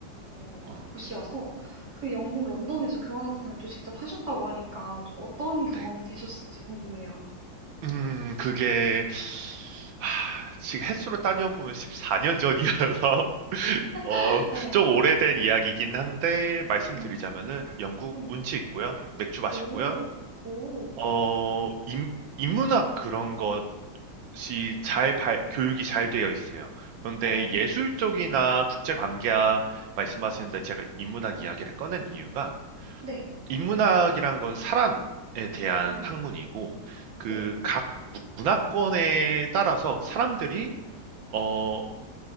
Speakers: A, on the right (about 55°); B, on the right (about 75°).
A: 어,
B: 어,
A: 곳이어서 그 영국 런던에서 교환학생을 또 직접 하셨다고 하니까 좀 어떤 경험이
B: 네.
A: 되셨을지 궁금해요.
B: 음, 그게, 하, 지금 횟수로 따져보면 14년 전이라서, 어,
A: <laughs> 네,
B: 좀 오래된 이야기긴 한데 말씀드리자면은
A: 음,
B: 영국
A: 음,
B: 운치 있고요. 맥주 맛있고요.
A: 오, 오,
B: 어, 인, 인문학 그런 것이 잘 발- 교육이 잘 되어 있어요. 그런데
A: 어,
B: 예술 쪽이나 국제 관계학 말씀하시는데 제가 인문학 이야기를 꺼낸 이유가
A: 네,
B: 인문학이란 건 사람에 대한
A: 음,
B: 학문이고 그
A: 네,
B: 각 문화권에 따라서 사람들이 어,